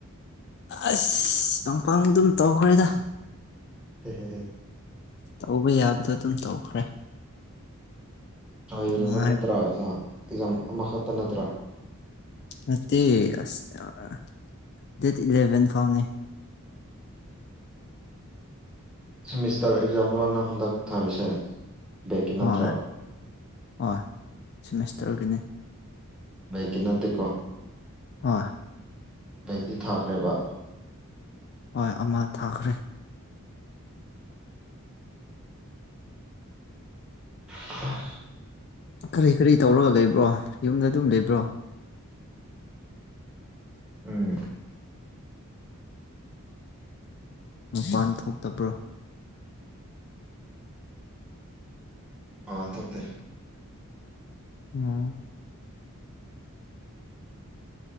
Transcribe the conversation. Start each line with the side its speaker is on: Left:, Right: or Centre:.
Left: ꯑꯁ ꯄꯥꯡꯄꯥꯡ ꯑꯗꯨꯝ ꯇꯧꯈ꯭ꯔꯦꯗ꯫
Centre: ꯍꯦꯍꯦꯍꯦ
Left: ꯇꯧꯕ ꯌꯥꯕꯗꯣ ꯑꯗꯨꯝ ꯇꯧꯈ꯭ꯔꯦ
Centre: ꯂꯣꯏꯔꯕ
Left: ꯅꯨꯡꯉꯥꯏꯕ
Centre: ꯅꯠꯇ꯭ꯔꯥ ꯑꯦꯛꯖꯥꯝ ꯑꯦꯛꯖꯥꯝ ꯑꯃꯈꯛꯇ ꯅꯠꯇ꯭ꯔꯥ?
Left: ꯅꯠꯇꯦ ꯑꯁ ꯑ ꯗꯦꯠ ꯏꯂꯦꯚꯦꯟ ꯐꯥꯎꯅꯦ꯫
Centre: ꯁꯤꯃꯤꯁꯇꯔ ꯑꯦꯛꯖꯥꯝ ꯔꯣ ꯅꯪ ꯍꯟꯗꯛ ꯊꯥꯔꯤꯁꯦ ꯕꯦꯛꯀꯤ ꯅꯠꯇ꯭ꯔꯣ?
Left: ꯍꯣꯏ ꯍꯣꯏ ꯁꯤꯃꯤꯁꯇꯔꯒꯤꯅꯤ
Centre: ꯕꯦꯛꯀꯤ ꯅꯠꯇꯦꯀꯣ?
Left: ꯑ
Centre: ꯕꯦꯛꯀꯤ ꯊꯥꯈ꯭ꯔꯦꯕ?
Left: ꯍꯣꯏ ꯑꯃ ꯊꯥꯈ꯭ꯔꯦ꯫
Centre: ꯑ
Left: ꯀꯔꯤ ꯀꯔꯤ ꯇꯧꯔꯒ ꯂꯩꯕ꯭ꯔꯣ ꯌꯨꯝꯗ ꯑꯗꯨꯝ ꯂꯩꯕ꯭ꯔꯣ?
Centre: ꯎꯝ
Left: ꯃꯄꯥꯟ ꯊꯣꯛꯇꯕ꯭ꯔꯣ?
Centre: ꯑꯥ ꯊꯣꯛꯇꯦ꯫
Left: ꯑꯝ